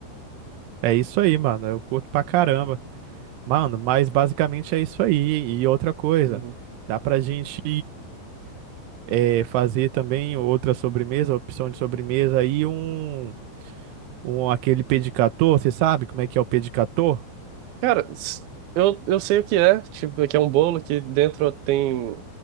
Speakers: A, on the right; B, on the right.
A: É isso aí, mano. Eu curto pra caramba. Mano, mas basicamente é isso aí. E outra coisa,
B: Uhum.
A: dá pra gente eh, fazer também outra sobremesa, opção de sobremesa aí, um, um aquele pedicator. Você sabe como é que é o pedicator?
B: Cara, s- eu, eu sei o que é, tipo, que é um bolo que dentro tem,